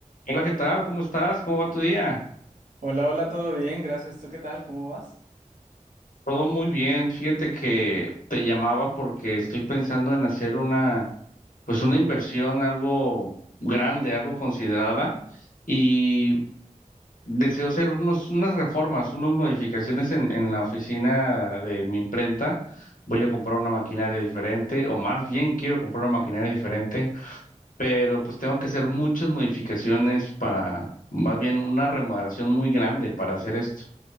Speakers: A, on the left; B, on the right.
A: Hola, ¿qué tal? ¿Cómo estás? ¿Cómo va tu día?
B: Hola, hola, todo bien, gracias. ¿Tú qué tal? ¿Cómo vas?
A: Todo muy bien. Fíjate que te llamaba porque estoy pensando en hacer una, pues una inversión algo grande, algo considerada y deseo hacer unos, unas reformas, unas modificaciones en, en la oficina de mi imprenta. Voy a comprar una maquinaria diferente, o más bien quiero comprar una maquinaria diferente, pero pues tengo que hacer muchas modificaciones para, más bien una remodelación muy grande para hacer esto.